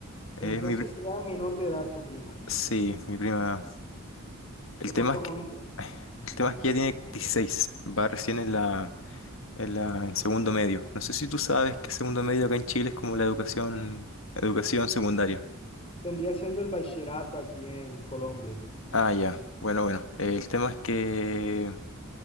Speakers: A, on the left (about 65°); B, on the left (about 25°).
A: eh,
B: Entonces
A: es mi, pri-
B: era menor de edad tu prima.
A: sí, mi prima. El
B: ¿Qué
A: tema
B: pasó
A: es que,
B: con ella?
A: <sighs> el tema es que ya tiene 16, va recién en la, en la, en segundo medio. No sé si tú sabes que segundo medio acá en Chile es como la educación, educación secundaria.
B: Vendría siendo el bachillerato aquí en Colombia.
A: Ah, ya. Bueno, bueno. Eh, el tema es que